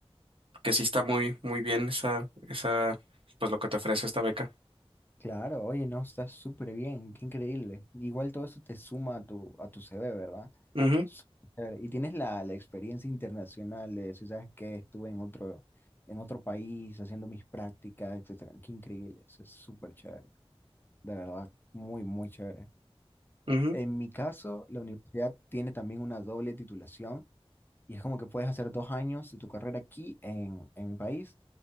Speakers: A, on the right; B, on the left.
A: que sí está muy, muy bien esa, esa, pues lo que te ofrece esta beca.
B: Claro, oye, no, está súper bien, qué increíble. Igual todo eso te suma a tu, a tu CV, ¿verdad?
A: Ujú,
B: Súper. Y tienes la, la experiencia internacional de si sabes que estuve en otro, en otro país haciendo mis prácticas, etcétera. Qué increíble, eso es súper chévere, de verdad, muy, muy chévere.
A: ujú.
B: En mi caso, la universidad tiene también una doble titulación y es como que puedes hacer dos años de tu carrera aquí en, en mi país